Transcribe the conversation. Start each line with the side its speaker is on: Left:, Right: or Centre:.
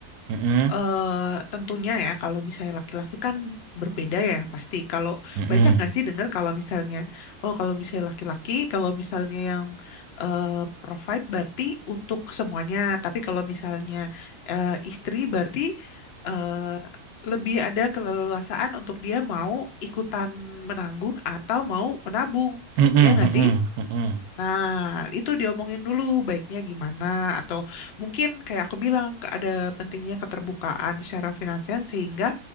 Right: Mm-mm,
Left: eh tentunya ya kalau misalnya laki-laki kan berbeda ya pasti. Kalau
Right: mm-mm,
Left: banyak nggak sih dengar kalau misalnya oh kalau misalnya laki-laki kalau misalnya yang eh, provide berarti untuk semuanya. Tapi kalau misalnya eh, istri berarti eh, lebih ada keleluasaan untuk dia mau ikutan menanggung atau mau menabung.
Right: mm-mm,
Left: Ya nggak
Right: mm-mm,
Left: sih?
Right: mm-mm,
Left: Nah, itu diomongin dulu baiknya gimana atau mungkin kayak aku bilang ke- ada pentingnya keterbukaan secara finansial sehingga